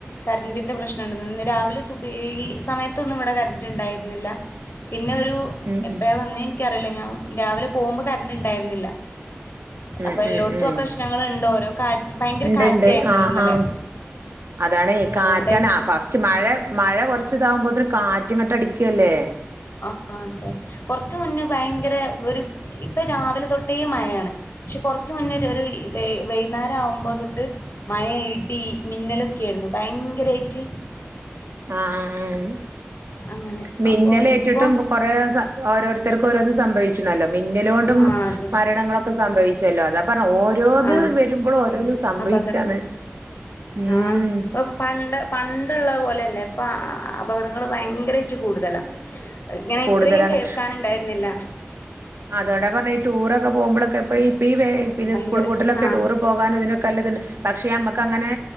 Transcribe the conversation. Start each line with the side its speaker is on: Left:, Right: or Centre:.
Left: കറൻ്റിൻ്റെ പ്രശ്നമുണ്ട്. ഇന്ന് രാവിലെ സുബി ഈ സമയത്തൊന്നും ഇവിടെ കറന്റ് ഉണ്ടായിരുന്നില്ല. പിന്നെ, ഒരു
Right: ഉം
Left: എപ്പോഴാ
Right: ഉം
Left: വന്ന എനിക്കറിയില്ല ഞാൻ രാവിലെ പോകുമ്പോൾ കറണ്ട് ഉണ്ടായിരുന്നില്ല.
Right: ഉം,
Left: അപ്പൊ എല്ലോടത്തും
Right: ഉം, ഉം.
Left: ആ പ്രശ്നങ്ങൾ ഉണ്ട് ഓരോ കാറ്റ് ഭയങ്കര
Right: ഉണ്ട്,
Left: കാറ്റായിരുന്നല്ലോ
Right: ഉണ്ട് ആഹ്,
Left: ഇന്നലെ
Right: ആഹ് അതാണ്, കാറ്റാണ്
Left: അതുകൊണ്ടായിരിക്കും
Right: ആഹ് ഫസ്റ്റ്. മഴ, മഴ കുറച്ച ഇതാവുമ്പോത്തിന് കാറ്റുങ്ങട്ട് അടിക്കല്ലേ?
Left: ആഹ്, അതെ. കുറച്ച് മുന്നേ ഭയങ്കര ഒരു ഇപ്പൊ, രാവിലെ തൊട്ടേ മഴയാണ്. പക്ഷെ, കുറച്ച് മുന്നേ ഒരു വൈ വൈകുന്നേരം ആവുമ്പോ തൊട്ട് മഴ, ഇടി മിന്നലൊക്കെ ആയിരുന്നു ഭയങ്കരായിട്ട്
Right: ആഹ്, ആഹ്, ആഹ്
Left: അങ്ങനെ
Right: മിന്നൽ
Left: അപ്പോ
Right: ഏറ്റിട്ടും.
Left: ഇപ്പൊ
Right: കൊറേ ഓരോരുത്തർക്കും ഓരോന്ന് സംഭവിച്ചിണല്ലോ. മിന്നൽ കൊണ്ടും
Left: ആഹ് അതെ
Right: മരണങ്ങളൊക്ക സംഭവിച്ചല്ലോ. അത ഓരോത്
Left: ആഹ്
Right: വരുമ്പോഴും ഓരോന്ന് സംഭവിക്കാണ്.
Left: അപകടങ്ങൾ
Right: ഉം
Left: ആഹ് ഇപ്പൊ പണ്ട്, പണ്ടുള്ളത് പോലെയല്ല. ഇപ്പ അപകടങ്ങള് ഭയങ്കരായിട്ട് കൂടുതലാ. ഇങ്ങനെ
Right: കൂടുതലാണ്
Left: ഇത്രയും കേൾക്കാൻ ഉണ്ടായിരുന്നില്ല.
Right: അത് കൊണ്ട പറഞ്ഞെ, ഈ ടൂറൊക്കെ പോകുമ്പളൊക്കെ പ്പോ ഇപ്പ, ബേ പിന്നെ
Left: ഭയങ്കര
Right: സ്കൂൾ പൂട്ട ലൊക്കെ
Left: ആഹ്
Right: ടൂർ പോകാനും ഇതിനൊക്കെല്ലതുണ്ട്. പക്ഷെ, നമുക്ക് അങ്ങനെ